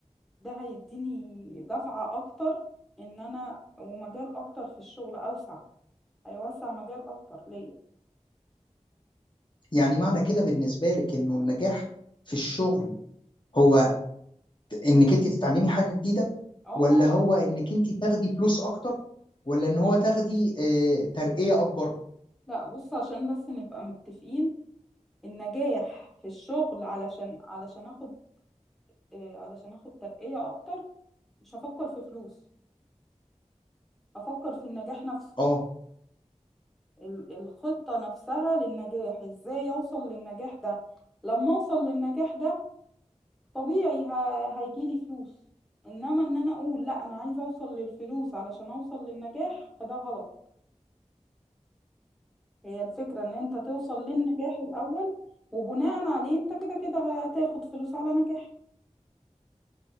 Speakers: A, in the centre; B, on the left.
A: ده هيديني دفعة اكتر ان انا ومجال اكتر في الشغل اوسع هيوسع مجال اكتر ليا
B: يعني معنى كده بالنسبه لك انه النجاح في الشغل هو انك انت تتعلمي حاجه جديده
A: اه
B: ولا
A: طبعا
B: هو انك انت تاخدي فلوس اكتر ولا ان هو تاخدي آه، ترقيه اكبر
A: لا بص عشان بس نبقى متفقين النجاح في الشغل علشان علشان اخد آه، علشان اخد ترقية اكتر مش هفكر في فلوس هفكر في النجاح نفسه
B: اه
A: ال- الخطة نفسها للنجاح ازاي اوصل للنجاح ده لما اوصل للنجاح ده طبيعي ه- هيجيلي فلوس انما ان انا اقول لا انا عايزة اوصل للفلوس علشان اوصل للنجاح فده غلط هي الفكرة ان انت توصل للنجاح الاول وبناء عليه انت كده كده هتاخد فلوس على نجاحك